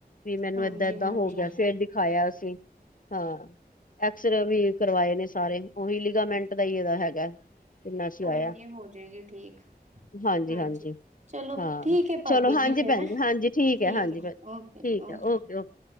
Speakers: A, on the left; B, on the right.
A: ਵੀ ਮੈਨੂੰ
B: ਹਾਂਜੀ
A: ਏਦਾਂ-ਏਦਾਂ
B: ਹਾਂਜੀ
A: ਹੋ ਗਿਆ ਫੇਰ ਦਿਖਾਇਆ ਅਸੀਂ ਹਾਂ। ਐਕਸਰੇ ਵੀ ਕਰਵਾਏ ਨੇ ਸਾਰੇ, ਉਹੀ ਲਿਗਾਾਮੈਂਟ ਦਾ ਹੀ ਇਹਦਾ ਹੈਗਾ। ਕਿੰਨਾ ਸੀ
B: ਕੋਈ
A: ਆਇਆ।
B: ਨੀ ਹੋ ਜਾਏਗੀ ਠੀਕ
A: ਹਾਂਜੀ-ਹਾਂਜੀ।
B: ਹਾਂਜੀ ਚਲੋ
A: ਹਾਂ,
B: ਠੀਕ ਹੈ ਭਾਬੀ
A: ਚਲੋ ਹਾਂਜੀ
B: ਫੇਰ
A: ਭੈਣ
B: ਹੈ
A: ਜੀ, ਹਾਂਜੀ ਠੀਕ ਐ ਹਾਂਜੀ
B: ਹੈ
A: ਭੈਣ
B: ਓਕੇ
A: ਠੀਕ
B: ਜੀ
A: ਐ
B: ਓਕੇ
A: ਓਕੇ-ਓਕੇ।